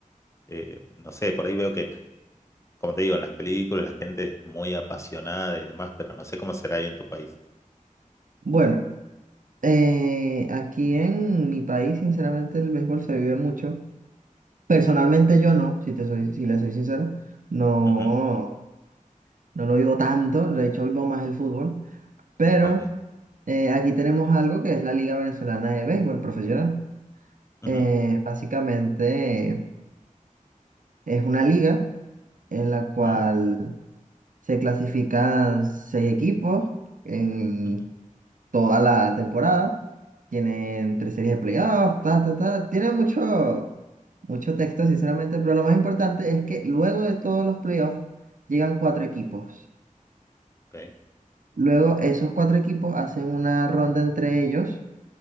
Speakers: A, on the left; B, on the right.
A: Eh, no sé, por ahí veo que, como te digo, en las películas la gente es muy apasionada y demás, pero no sé cómo será ahí en tu país.
B: Bueno. Eh, aquí en mi país, sinceramente, el béisbol se vive mucho. Personalmente yo no, si te soy, si le soy sincero, no,
A: Ujú,
B: no lo vivo tanto, de hecho vivo más el fútbol, pero
A: Ok.
B: eh, aquí tenemos algo que es la Liga Venezolana de Béisbol Profesional.
A: Ujú,
B: Eh, básicamente eh, es una liga en la cual
A: ujú,
B: se clasifican seis equipos en
A: ujú,
B: toda la temporada. Tienen tres series de playoffs, ta, ta, ta. Tienen mucho, mucho texto, sinceramente, pero lo más importante es que luego de todos los playoffs llegan cuatro equipos.
A: ok,
B: Luego esos cuatro equipos hacen una ronda entre ellos